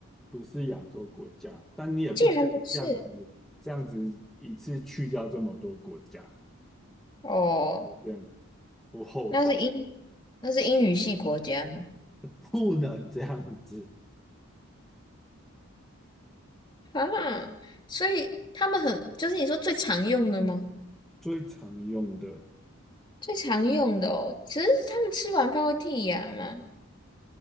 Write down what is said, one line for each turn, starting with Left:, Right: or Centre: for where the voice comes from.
Centre: 不是亚洲国家，但你也不可以这样子，
Left: 竟然不是
Centre: 这样子一次去掉这么多国家，
Left: 哦，
Centre: 有点不厚道，
Left: 那是英，那是英语系国家吗？
Centre: 不能这样子。
Left: 啊，所以他们很，就是你说最常用的吗？
Centre: 最常用的，
Left: 最常用的哦，只是他们吃完饭会剔牙吗？